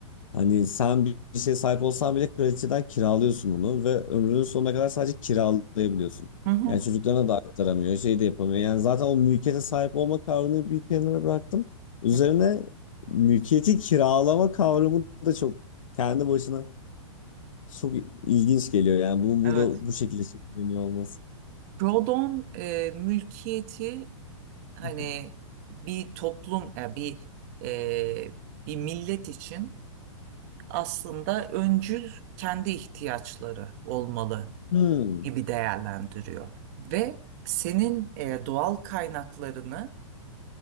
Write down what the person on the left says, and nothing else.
Hani sen bir bir şeye sahip olsan bile kraliçeden kiralıyorsun onu ve ömrünün sonuna kadar sadece kiralayabiliyorsun.
Yani çocuklarına da aktaramıyor, şey de yapamıyor. Yani zaten o mülkiyete sahip olma kavramını bir kenara bıraktım. Üzerine
mülkiyeti kiralama kavramı da çok kendi başına çok ilginç geliyor. Yani bunun burada
bu şekilde şekilleniyor olması.
<laughs>
Hmm.